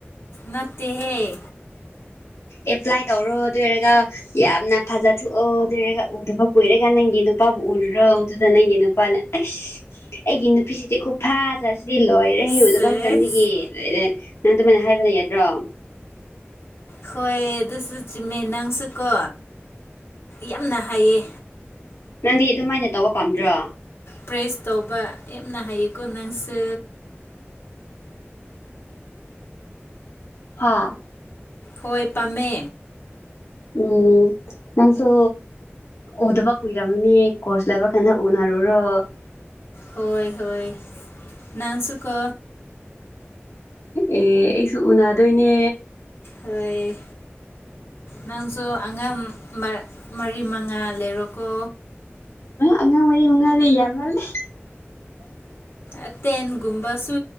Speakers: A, on the left; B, on the left.
A: ꯅꯠꯇꯦꯍꯦ
B: ꯑꯦꯄ꯭ꯂꯥꯏ ꯇꯧꯔꯣ ꯑꯗꯨ ꯑꯣꯏꯔꯒ ꯌꯥꯝꯅ ꯐꯖꯊꯣꯛꯑꯣꯗꯔꯒ ꯎꯗꯕ ꯀꯨꯏꯔꯒ ꯅꯪꯒꯤ ꯅꯨꯄꯥꯕꯨ ꯎꯔꯨꯔꯣꯗꯨꯗ ꯅꯪꯒꯤ ꯅꯨꯄꯥꯅ ꯑꯁ ꯑꯩꯒꯤ ꯅꯨꯄꯤꯁꯤꯗꯤ ꯈꯨ ꯐꯥꯖꯥ ꯁꯤꯗꯤ ꯂꯣꯏꯔꯦ
A: ꯁꯦꯁ
B: ꯎꯗꯕ ꯃꯇꯝꯒꯤ ꯂꯣꯏꯔꯦ ꯅꯪ ꯑꯗꯨꯃꯥꯏꯅ ꯍꯥꯏꯕ ꯂꯩꯒꯗ꯭ꯔꯣ
A: ꯍꯣꯏ ꯑꯗꯨꯁꯨ ꯆꯨꯝꯃꯦ ꯅꯪꯁꯨꯀꯣ ꯌꯥꯝꯅ ꯍꯥꯏꯌꯦ
B: ꯅꯪꯗꯤ ꯑꯗꯨꯃꯥꯏꯅ ꯇꯧꯕ ꯄꯥꯝꯗ꯭ꯔꯣ
A: ꯄ꯭ꯔꯦꯁ ꯇꯧꯕ ꯌꯥꯝꯅ ꯍꯥꯏꯌꯦꯀꯣ ꯅꯪꯁꯨ
B: ꯍꯥꯥ
A: ꯍꯣꯏ ꯄꯥꯝꯃꯦ
B: ꯎꯝ ꯅꯪꯁꯨ ꯎꯗꯕ ꯀꯨꯏꯔꯝꯃꯅꯤ ꯀꯣꯁ ꯂꯣꯢꯕ ꯀꯥꯟꯗ ꯎꯅꯔꯨꯔꯣ
A: ꯍꯣꯏ ꯍꯣꯏ ꯅꯪꯁꯨꯀꯣ
B: ꯑꯦ ꯑꯩꯁꯨ ꯎꯅꯗꯣꯏꯅꯦ
A: ꯍꯣꯢ ꯅꯪꯁꯨ ꯑꯉꯥꯡ ꯃꯔꯤ ꯃꯉꯥ ꯂꯩꯔꯣꯀꯣ
B: ꯑꯉꯥꯡ ꯃꯔꯤ ꯃꯉꯥꯗꯤ ꯌꯥꯝꯃꯜꯂꯦ
A: ꯑꯇꯦꯟꯒꯨꯝꯕꯁꯨ